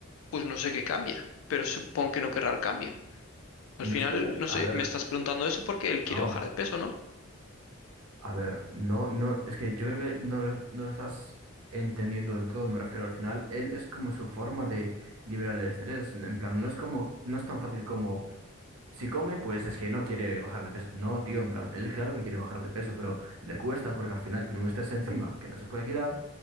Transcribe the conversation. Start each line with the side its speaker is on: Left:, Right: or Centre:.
Left: pues no sé qué cambia, pero supongo que no querrá el cambio. Al
Right: No
Left: final,
Right: es que,
Left: no
Right: a
Left: sé,
Right: ver,
Left: me estás preguntando eso porque él quiere
Right: no.
Left: bajar de peso, ¿no?
Right: A ver, no, no, es que yo creo que no lo, no lo estás entendiendo del todo, me refiero al final, él es como su forma de liberar el estrés, en en plan, no es como, no es tan fácil como, si come, pues es que no quiere bajar de peso, no, tío, en plan, él claro que quiere bajar de peso, pero le cuesta porque al final tiene un estrés encima que no se puede quitar